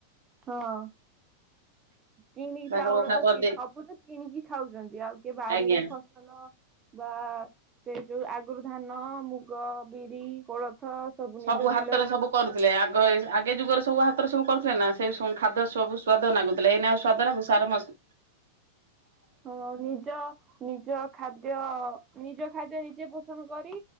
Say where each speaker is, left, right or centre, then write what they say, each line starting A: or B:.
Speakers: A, on the right (about 25°); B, on the right (about 65°).
A: ହଁ। କିଣିକି
B: ଭାଗ
A: ଚାଉଳ
B: ବଖରା
A: ତ
B: କରିଦେଇ
A: କି ସବୁ ତ କିଣିକି ଖାଉଛନ୍ତି ଆଉ କିଏ ବାରିରେ
B: ଆଜ୍ଞା।
A: ଫସ ହେଲୋ ବାଏ। ସେ ଯୋଉ ଆଗରୁ ଧାନ, ମୁଗ, ବିରି, କୋଳଥ
B: ସବୁ
A: ନିଜ ବିଲରେ
B: ହାତରେ ସବୁ କରୁଥିଲେ ଆଗ ଗ ଆଗେ ଯୁଗରେ ସବୁ ହାତରେ ସବୁ କରୁଥିଲେ ନା ସେ ସ ଖାଦ୍ୟ ସବୁ ସ୍ଵାଦ ଲାଗୁଥିଲା ଏଇନା ଆଉ ସ୍ଵାଦ ଲାଗୁ ସାର ମସ
A: ହଁ ନିଜ ନିଜ ଖାଦ୍ୟ ନିଜ ଖାଦ୍ୟ ନିଜେ ପୋଷଣ କରି